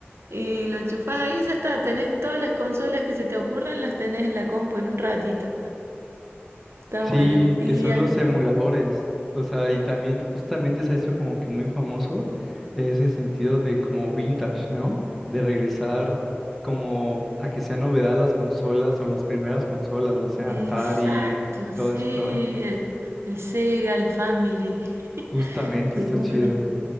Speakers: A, on the right (about 75°); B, in the centre.
A: y lo enchufás ahí y ya está. Tenés todas las consolas que se te ocurran, las tenés en la compu en un ratito. Está
B: Sí,
A: bueno. Y
B: que son
A: eh,
B: los emuladores. O sea, y también justamente se ha hecho como que muy famoso ese sentido de como vintage, ¿no? De regresar como a que sea novedad las consolas o las primeras consolas, no sé, Atari,
A: exacto,
B: todo
A: sí.
B: ese todo.
A: El, el Sega, el Family. <laughs>
B: Justamente,
A: De
B: está
A: una.
B: chido.